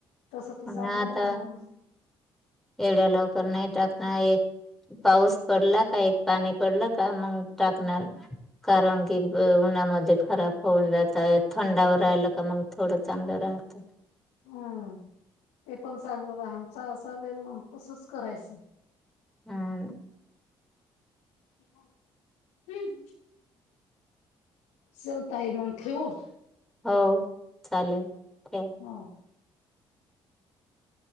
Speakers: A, on the left; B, in the centre.
A: तसं तर
B: पण
A: चांगलं
B: आता
A: राहणार ना?
B: एवढ्या लवकर नाही टाकणार एक पाऊस पडला का एक पाणी पडलं का मग टाकणार, कारण की उन्हामध्ये खरा <unintelligible> जात थंडावर राहिलं का मग थोडं चांगलं राहतं.
A: हम्म, ते पण चांगलं बा हचाले मग तसच करायचं. <inaudible>
B: हम्म
A: हम्म. चलता आहे मग ठेऊ.
B: हो चालेल. ठेवा.
A: हो.